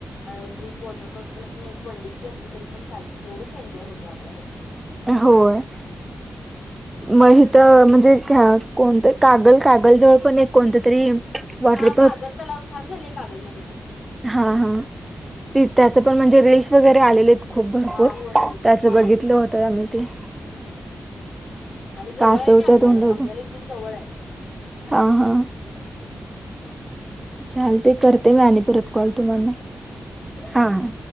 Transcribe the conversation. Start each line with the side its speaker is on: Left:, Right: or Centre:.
Left: अ ट्रिप वॉटरपार्कला पण एक वन डेची असली तरी पण चालते. तेवढेच एन्जॉय होते आपल्याला.
Right: होय. म हीत म्हणजे का कोणत? कागल, कागल जवळ पण एक कोणत तरी वॉटर
Left: हा
Right: पार्क
Left: पाझर तलाव छान झालेय कागलमध्ये पण.
Right: हा हा त्याच पण म्हणजे रील्स वगैरे आलेलीत. खूप भरपूर
Left: हा होय होय
Right: त्याच
Left: ते छान
Right: बघितलं
Left: आहे.
Right: होत आम्ही ते.
Left: हम्म आणि जवळ
Right: कासवच्या
Left: आहे ना आपल्याला.
Right: तोंडात
Left: आपल्याला इथून जवळ आहे.
Right: हा हा. चालते करते
Left: चालेल
Right: मी आणि परत
Left: हा
Right: कॉल तुम्हाना
Left: हा ठेवू का?
Right: हा हा.